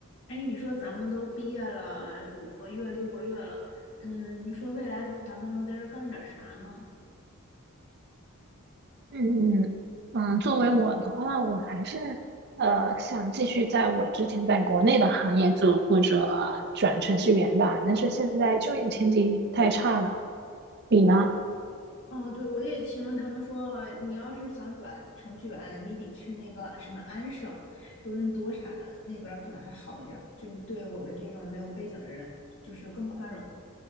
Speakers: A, on the left (about 60°); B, on the right (about 50°).
A: 哎，你说咱们都毕业了五个月、六个月了，嗯，你说未来咱们能在这儿干点啥呢？
B: 嗯嗯嗯，嗯作为我的话，我还是呃想继续在我之前在国内的行业做，或者转程序员吧。但是现在就业前景也太差了，你呢？
A: 哦，对，我也听他们说，你要是想转程序员，你得去那个什么安省、多伦多啥的，那边儿可能还好一点儿，就是对我们这种没有背景的人，就是更宽容。